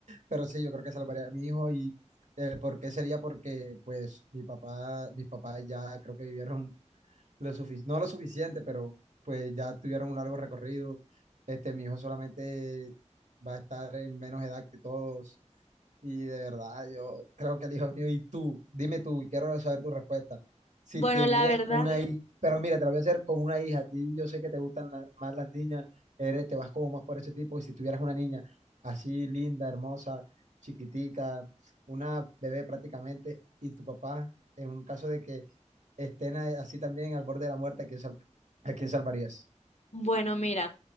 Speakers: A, on the right (about 80°); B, on the left (about 60°).
A: Pero sí, yo creo que salvaría a mi hijo y eh, ¿por qué sería? Porque pues mi papá, mis papás ya creo que vivieron lo suficiente, no lo suficiente, pero pues ya tuvieron un largo recorrido. Este, mi hijo solamente va a estar en menos edad que todos y de verdad, yo creo que el hijo mío, y tú, dime tú, y quiero saber tu respuesta. Si
B: Bueno,
A: tendrías
B: la verdad,
A: una Bueno, hija, pero mira, te lo voy a hacer con una hija. A ti yo sé que te gustan la- más las niñas, eres, te vas como más por ese tipo. Y si tuvieras una niña así linda, hermosa, chiquitica, una bebé prácticamente, y tu papá, en un caso de que estén a- así también al borde de la muerte, ¿a quién, sal- a quién salvarías?
B: bueno, mira.